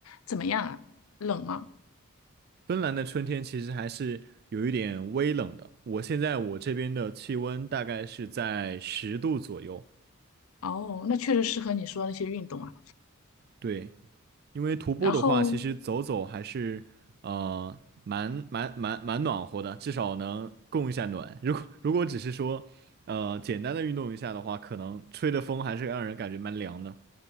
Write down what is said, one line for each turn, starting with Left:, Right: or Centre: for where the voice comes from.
Left: 怎么样啊？冷吗？
Right: 芬兰的春天其实还是有一点微冷的。我现在我这边的气温大概是在十度左右。
Left: 哦，那确实适合你说的那些运动啊。
Right: 对，因为徒步的话，
Left: 然后，
Right: 其实走走还是呃蛮蛮蛮蛮暖和的，至少能供一下暖。如果如果只是说呃简单的运动一下的话，可能吹的风还是让人感觉蛮凉的。